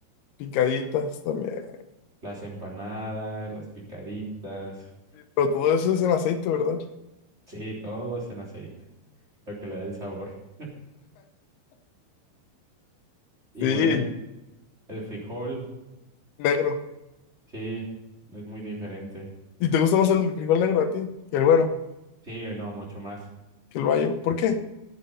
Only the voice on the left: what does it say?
Picaditas también.
Pero todo eso es en aceite, ¿verdad?
Sí,
negro.
¿Y te gusta más el frijol negro a ti que el güero,
que el bayo? ¿Por qué?